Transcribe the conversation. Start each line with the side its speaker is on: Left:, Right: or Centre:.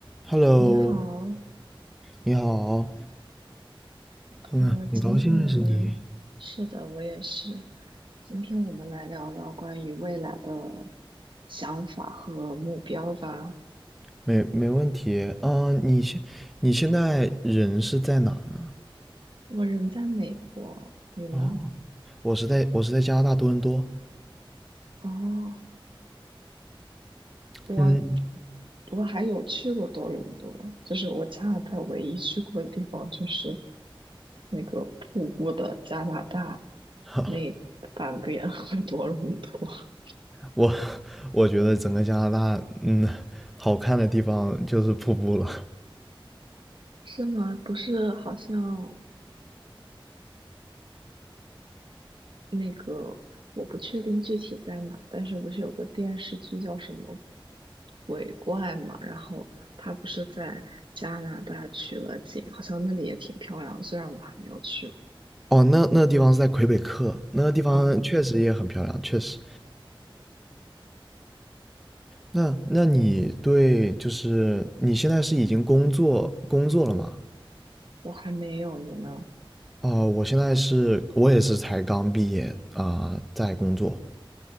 Centre: Hello，
Right: 你好，
Centre: 你好，
Right: 呃，
Centre: 很很高嗯兴认识你，
Right: 今天我们是的，我也是。今天我们来聊聊关于未来的想法和目标吧。
Centre: 没没问题啊。你现你现在人是在哪呢？
Right: 我人在美国，你呢？
Centre: 哦，我是在我是在加拿大多伦多。
Right: 哦，我
Centre: 嗯，
Right: 我还有去过多伦多，就是我加拿大唯一去过的地方就是那个瀑布的加拿大
Centre: <laughs>
Right: 那半边和多伦多。
Centre: 我我觉得整个加拿大，嗯，好看的地方就是瀑布了。
Right: 是吗？不是，好像。那个我不确定具体在哪，但是不是有个电视剧叫什么鬼怪嘛？然后他不是在加拿大取了景，好像那里也挺漂亮的，虽然我还没有去过。
Centre: 哦，那那地方是在魁北克，那地方确实也很漂亮，
Right: 哦，
Centre: 确实。那那你对就是你现在是已经工作工作了吗？
Right: 我还没有，你呢？
Centre: 啊，我现在是，我也是才刚毕业啊，在工作，